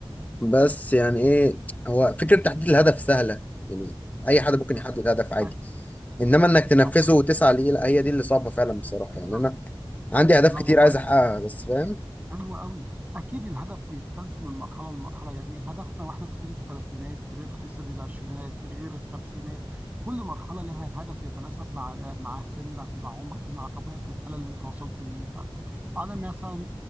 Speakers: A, on the left; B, on the right.
A: بس يعني ايه هو فكرة تحديد الهدف سهلة يعني اي حد ممكن
B: تمام
A: يحدد هدف عادي
B: أ-
A: انما
B: أكيد
A: انك تنفذه
B: طبعا
A: وتسعى ليه لا هي دي اللي صعبة فعلا بصراحة
B: بالظبط
A: يعني انا عندي
B: لا
A: اهداف كتير
B: والله
A: عايز احققها بس فاهم
B: حلو قوي اكيد الهدف بيختلف من مرحله لمرحله يعني هدفنا واحنا في سن الثلاثينات غير في سن العشرينات غير الخمسينات كل مرحله لها هدف يتناسب مع مع سنك ومع عمرك ومع طبيعه الحاله اللي انت وصلت ليها انا مثلا